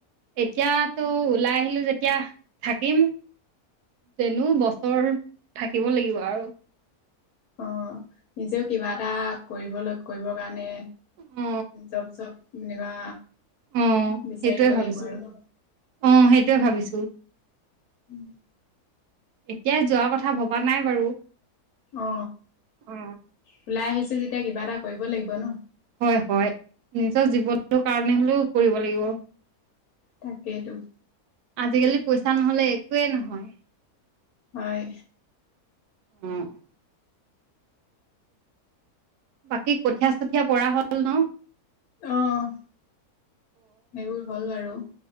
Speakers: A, on the right; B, on the left.
A: এতিয়াতো ওলাই আহিলো যেতিয়া থাকিম। যেনো বছৰ থাকিব লাগিব আৰু,,
B: অ নিজেও কিবা এটা কৰিবলৈ কৰিবৰ কাৰণে
A: অ
B: জব চব এনেকুৱা
A: অহ
B: বিচাৰিব
A: সেইটোৱে ভাবিছো
B: লাগিব আৰু
A: অ
B: ন।
A: সেইটোৱে ভাবিছো।
B: উম
A: এতিয়াই যোৱা কথা ভবা নাই বাৰু
B: অ
A: অ
B: ওলাই আহিছো যেতিয়া কিবা এটা কৰিব লাগিব ন?
A: হয় হয় নিজৰ জীৱনটো কাৰণে হলেও কৰিব লাগিব।
B: তাকেইটো
A: আজিকালি পইচা নহলে একোৱেই নহয়
B: হয়
A: <unintelligible> বাকী কঠীয়া চঠীয়া পৰা হ'ল ন
B: অহ, সেইবোৰ হ'ল বাৰু